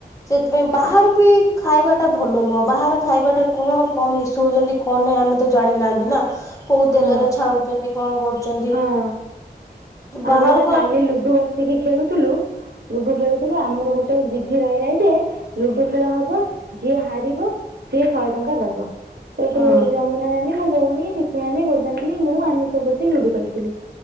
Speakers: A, on the left; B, on the right.
A: ସେଥିପାଇଁ ବାହହାର ବି ଖାଇବାଟା ଭଲ ନୁହଁ। ବାହାରେ ଖାଇବାଟା କଣ କମ ମିସ ହଉଛନ୍ତି। କନ ନାଇଁ ଆମେ ତ ଜାଣିନାହାନ୍ତି ନା। କୋଉ
B: ହଁ
A: ତେଲରେ ଛାଣୁଛନ୍ତି କଣ କରୁଛନ୍ତି।
B: ହଁ। ଆମେ
A: ବାହାର
B: ବା କାଲି ଲୁଡୁ ବସିକି ଖେଳୁଥିଲୁ। ଲୁଡୁ ଖେଳୁଥିଲୁ ଆମର ଗୋଟେ ଜିଦ୍ଧି ରହିଲା ଯେ ଲୁଡୁ ଖେଳ ହବ ଯିଏ ହାରିବ ସିଏ ଶହେ ଟଙ୍କା ଦବ ସେଠୁ
A: ହୁଁ।
B: ଯମୁନା ନାନୀ ମୋ ଭଉଣୀ ମିଶି ଗୋଦାନନାନୀ ବୋଦାନାନୀ ମୁଁ ଆମେ ସବୁ ବସିକି ଲୁଡୁ ଖେଳୁଥିଲୁ।